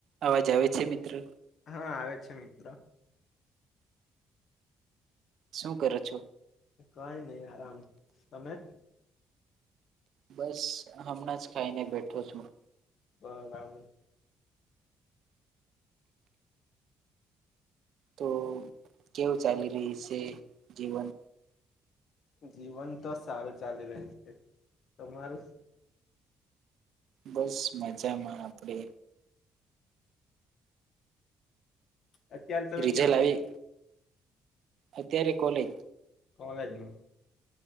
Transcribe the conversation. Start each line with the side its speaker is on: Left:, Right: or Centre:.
Right: અવાજ આવે છે મિત્રો
Left: હા આવે છે મિત્રો
Right: શું કરો છો?
Left: કઈ નઈ આરામ. તમે?
Right: બસ હમણાં જ ખાઈને બેઠો છું.
Left: બરાબર
Right: તો કેવું ચાલી રહયુ છે જીવન?
Left: જીવન તો સારું ચાલી રહ્યું છે. તમારું?
Right: બસ મજામાં આપડે.
Left: <inaudible> અત્યાર તમે
Right: રિઝલ્ટ
Left: ક્યાં છો?
Right: આવી અત્યારે કોલેજ.
Left: કોલેજમાં.